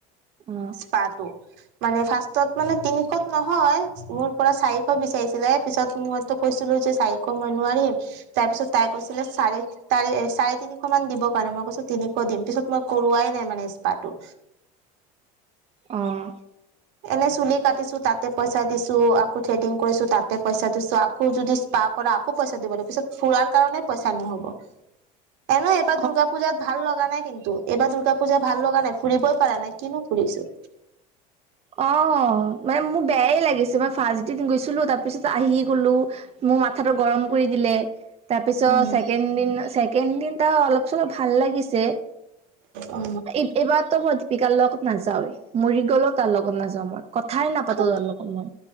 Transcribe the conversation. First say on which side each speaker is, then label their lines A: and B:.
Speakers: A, on the right (about 30°); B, on the right (about 70°).
A: অ
B: স্পাটো। মানে ফাৰ্ষ্টত মানে তিনিশত নহয়, মোৰ পৰা চাৰিশ বিচাৰিছ ছিলে পিছত মইতো কৈছিলো যে চাৰিশ মই নোৱাৰিম তাৰ পিছত তাই কৈছিলে চাৰি তাৰে চাৰে তিনিশ মান দিবৰ কাৰণে মই কৈছো তিনিশ দিম পিছত মই কৰোৱাই নাই মানে স্পাটো।
A: অঁ।
B: এনে চুলি কাটিছো তাতে পইচা দিছো আকৌ থ্ৰেডিং কৰিছো তাতে পইচা দিছো আ কৌ যদি স্পা কৰা আকৌ পইচা দিব লাগে পিছত ফুৰাৰ কাৰণে পইচা নহ'ব। এনে
A: উ <inaudible>
B: এইবাৰ দুৰ্গা পুজাত ভাল লগা নাই কিন্তু এইবাৰ দূৰ্গা পুজা ভাল লগা নাই, ফুৰিবই পাৰা নাই কিনো ফুৰিছো।
A: অ মানে মোৰ বেয়াই লাগিছে, মই ফাৰ্ষ্ট দিন গৈছিলো তাৰপিছত আহি গলো মোৰ মাথাটো গৰম কৰি দিলে। তাৰপিছত
B: উম
A: ছেকেণ্ড দিন ছেকেণ্ড দিনটা অলপ - চলপ ভাল লাগিছে
B: অ।
A: এই এইবাৰতো মই দীপিকাৰ লগত নাযাও, মৰি গ'লো তাৰ লগত নাযাও মই, কথাই নাপাতো
B: অ
A: তাৰ লগত।